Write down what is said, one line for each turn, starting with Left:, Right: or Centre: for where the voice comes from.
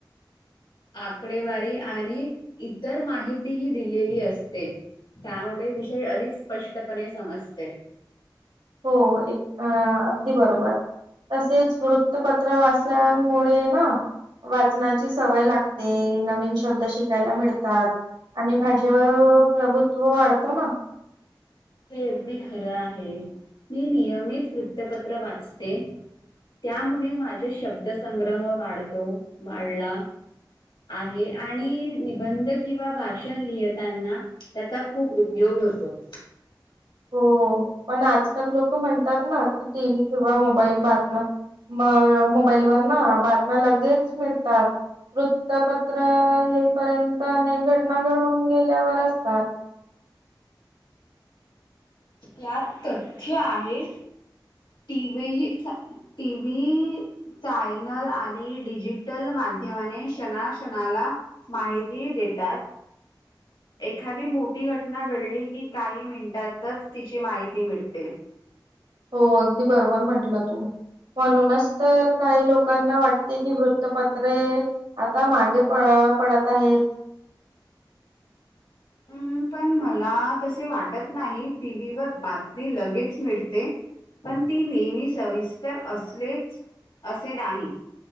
Left: आकडेवारी आणि इतर माहितीही दिलेली असते त्यामुळे विषय अधिक स्पष्टपणे समजते
Right: हो एक अ अगदी बरोबर. तसेच वृत्तपत्र वाचल्यामुळे ना वाचनाची सवय लागते नवीन श.. ब्द शिकायला मिळतात आणि भाषेवर प्रभुत्व वाढतं ना.
Left: हे अगदी खरं आहे मी नियमित वृत्तपत्र वाचते त्यामुळे माझे शब्दसंग्रह वाढतो वाढला आहे आणि निबंध किंवा भाषण लिहतांना त्याचा खूप उपयोग होतो
Right: हो पण आजकाल लोक म्हणतात ना कि टी व्ही किंवा मोबाईल बातम म मोबाईलवर ना बातम्या लगेच मिळतात. वृत्तपत्र येईपर्यंत अनेक घटना घडून गेल्या असतात.
Left: त्यात तथ्य आहे टी व्हीही टी व्ही. चायनल आणि डिजिटल माध्यमाने क्षणा क्षणाला माहिती देतात. एखादी मोठी घटना घडली की काही मिनिटातच तिची माहिती मिळते.
Right: हो अगदी बरोबर म्हंटलं तू. म्हणूनच तर काही लोकांना वाटते कि वृत्तपत्रे आता मागे प पडत आहेत.
Left: हम् पण मला तसे वाटत नाही टीव्ही वर बातमी लगेच मिळते. पण ती नेहमी सविस्तर असलेच असे नाही.